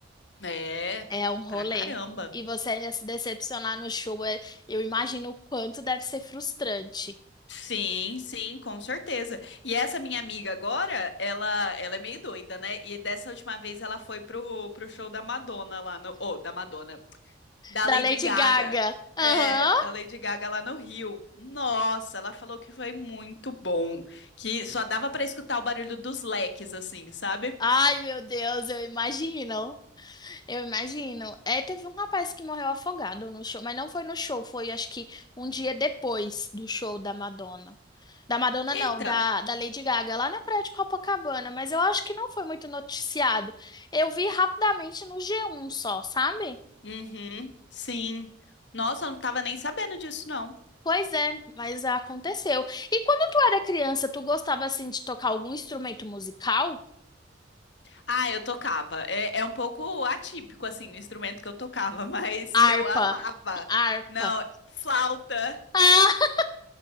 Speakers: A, on the left (about 70°); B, on the left (about 20°).
A: é,
B: É um
A: pra
B: rolê.
A: caramba.
B: E você ainda se decepcionar no show, é- eu imagino o quanto deve ser frustrante.
A: Sim, sim, com certeza. E essa minha amiga agora, ela, ela é meio doida, né? E dessa última vez ela foi pro, pro show da Madonna lá no, ou da Madonna, da
B: Da
A: Lady
B: Lady
A: Gaga.
B: Gaga. Aham.
A: É, da Lady Gaga lá no Rio. Nossa, ela falou que foi muito bom, que só dava pra escutar o barulho dos leques assim, sabe?
B: Ai, meu Deus, eu imagino. Eu imagino. É, teve um rapaz que morreu afogado no show, mas não foi no show, foi acho que um dia depois do show da Madonna. Da Madonna, não,
A: Eita.
B: da, da Lady Gaga, lá na Praia de Copacabana, mas eu acho que não foi muito noticiado. Eu vi rapidamente no G1 só, sabe?
A: Uhum. Sim. Nossa, eu não tava nem sabendo disso não.
B: Pois é, mas aconteceu. E quando tu era criança, tu gostava assim de tocar algum instrumento musical?
A: Ah, eu tocava. É, é um pouco atípico, assim, no instrumento que eu tocava, <laughs> mas
B: Harpa,
A: eu amava.
B: harpa.
A: Não, flauta.
B: <laughs>